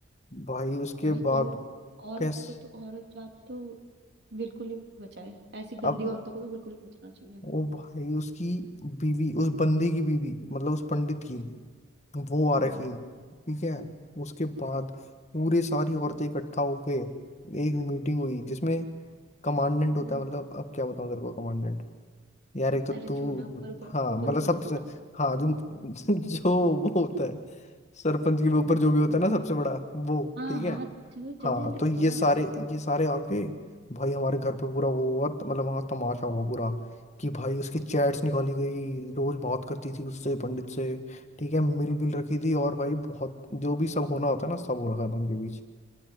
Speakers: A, on the left (about 35°); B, on the right (about 60°).
A: भाई उसके
B: भाई कोई
A: बाद
B: औरत
A: कैस
B: को तो औरत जात तो बिल्कुल नहीं बचाए ऐसी
A: अब
B: गंदी औरतों को तो बिल्कुल नहीं बचाना चाहिए
A: वो भाई उसकी बीवी उस बंदे की बीवी मतलब उस पंडित की
B: हम्म
A: वो आ
B: हम्म
A: रखी ठीक है उसके बाद पूरे सारी औरतें इकट्ठा होके एक मीटिंग हुई जिसमें कमांडेंट होता
B: हम्म।
A: है मतलब अब क्या बताऊं तेरे को कमांडेंट यार एक तो तू
B: अरे छोड़ना ऊपर ऊपर
A: हाँ
B: ऊपर
A: मतलब
B: ऊपर
A: सबसे
B: से बता
A: हाँ जो <laughs> जो वो होता है सरपंच के भी ऊपर जो भी होता है ना सबसे बड़ा वो
B: हाँ
A: ठीक है
B: हाँ चलो जल्दी
A: हाँ
B: जल्दी
A: तो ये
B: बताना
A: सारे ये सारे आके भाई हमारे घर पे पूरा वो हुआ त- मतलब वहाँ तमाशा हुआ पूरा कि भाई उसकी चैट्स निकाली गई रोज बात करती थी उससे पंडित से ठीक है मिल विल रखी थी और भाई बहुत जो भी सब होना होता है ना सब हो रखा था उनके बीच